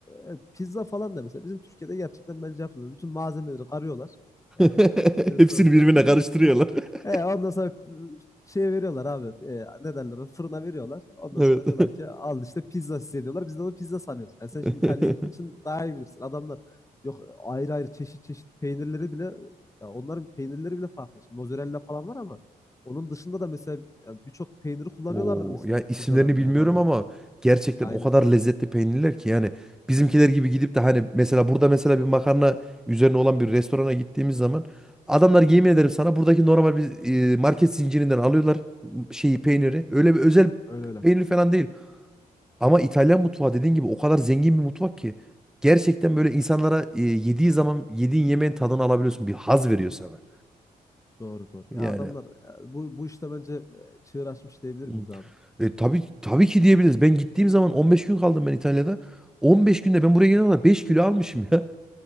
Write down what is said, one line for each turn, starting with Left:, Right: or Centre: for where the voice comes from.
Left: e, e, pizza falan da mesela bizim Türkiye'de gerçekten bence yapılmıyor. Bütün malzemeleri arıyorlar
Centre: <laughs>
Left: yani günün
Centre: Hepsini
Left: sonunda.
Centre: birbirine karıştırıyorlar.
Left: <laughs>
Centre: <laughs>
Left: E, ondan sonra şeye veriyorlar abi. E, ne derler ona? Fırına veriyorlar. Ondan
Centre: Evet.
Left: sonra diyorlar ki al işte pizza size diyorlar. Biz de onu pizza sanıyoruz. Yani sen
Centre: <laughs>
Left: şimdi İtalya'ya gittiğin için daha iyi bilirsin. Adamlar yok ayrı ayrı çeşit çeşit peynirleri bile ya onların peynirleri bile farklı. Şimdi mozzarella falan var ama onun dışında da mesela ya birçok peyniri kullanıyorlardır
Centre: O
Left: mesela
Centre: ya isimlerini
Left: pizzalarında
Centre: bilmiyorum
Left: yani abi.
Centre: ama gerçekten
Left: Aynen.
Centre: o kadar lezzetli peynirler ki yani bizimkiler gibi gidip de hani mesela burada mesela bir makarna üzerine olan bir restorana gittiğimiz zaman adamlar yemin ederim sana buradaki normal bir e, market zincirinden alıyorlar şeyi peyniri. Öyle bir özel
Left: Öyle öyle.
Centre: peynir falan değil. Ama İtalyan mutfağı dediğin gibi o kadar zengin bir mutfak ki gerçekten böyle insanlara e, yediği zaman yediğin yemeğin tadını alabiliyorsun. Bir haz veriyor sana.
Left: Doğru doğru. Ya
Centre: Yani
Left: adamlar e, bu bu işte bence e, çığır açmış diyebilir miyiz
Centre: Hmm.
Left: abi?
Centre: E, tabii tabii ki diyebiliriz. Ben gittiğim zaman 15 gün kaldım ben İtalya'da. 15 günde ben buraya gelene kadar 5 kilo almışım ya.